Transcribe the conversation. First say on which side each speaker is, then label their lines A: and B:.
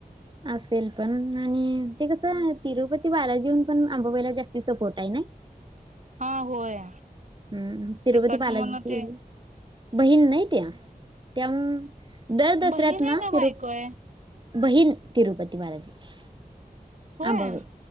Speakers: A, on the right; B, on the right.
A: असेल पण आणि ते कसं तिरुपती बालाजीनं पण अंबाबाईला जास्ती सपोर्ट आहे ना.
B: हा होय.
A: हम्म. तिरुपती
B: तिकडन
A: बालाजीची
B: म्हण ते
A: बहीण नाही त्या. त्या दर दसऱ्यात
B: बहीण
A: ना
B: आहे का बायको
A: तिरु
B: आहे
A: बहीन तिरुपती बालाजीची.
B: होय.
A: आंबाबाई